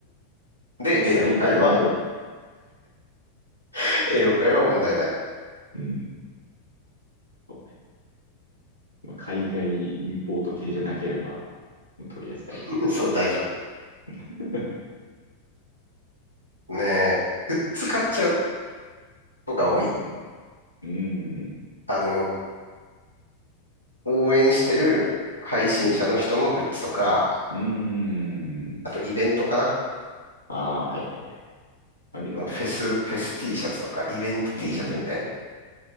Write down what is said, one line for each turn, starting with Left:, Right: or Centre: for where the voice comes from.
Right: <laughs>
Left: で、L
Right: 大体大丈夫。
Left: を買えば、<laughs> L を買えば問題ない。
Right: うん。そうねまあ海外インポート系じゃなければ、もうとりあえず大丈夫。
Left: <laughs> そう、大丈
Right: <laughs>
Left: 夫。ねえ、グッズ買っちゃうことが多い。
Right: うん、うん、
Left: あの、応援してる配信者の人のグッズとか、
Right: うん、うん、うん。
Left: あとイベントかな。
Right: ああー、はいはいはい。あるよね。
Left: あのフェス、フェス T シャツとか、イベント T
Right: うんうん。
Left: シャツみたいな。